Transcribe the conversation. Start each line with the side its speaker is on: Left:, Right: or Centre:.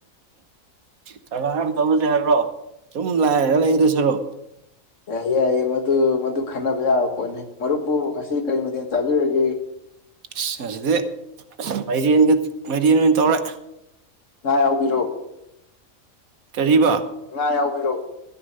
Right: ꯀꯃꯥꯏꯅ ꯇꯧꯁꯦ ꯍꯥꯏ꯭ꯔꯣ ꯁꯨꯝ ꯂꯥꯏꯔ ꯂꯩꯔꯁꯤꯔꯣ
Left: ꯌꯥꯏꯌꯦ ꯌꯥꯏꯌꯦꯦ ꯃꯗꯨ ꯃꯗꯨ ꯈꯟꯅꯕ ꯌꯥꯕ ꯄꯣꯠꯅꯤ ꯃꯔꯨꯞꯄꯨ ꯉꯁꯤ ꯀꯔꯤ ꯃꯇꯊꯦꯜ ꯆꯥꯕꯤꯔꯒꯦ
Right: ꯑꯁ ꯑꯁꯤꯗꯤ ꯑꯁ ꯃꯥꯏꯔꯦꯟꯒ ꯃꯥꯏꯔꯦꯟ ꯑꯣꯏꯅ ꯇꯧꯔꯦ
Left: ꯉꯥꯏ ꯌꯥꯎꯕꯤꯔꯛꯣ
Right: ꯀꯔꯤꯕ
Left: ꯉꯥ ꯌꯥꯎꯕꯤꯔꯛꯣ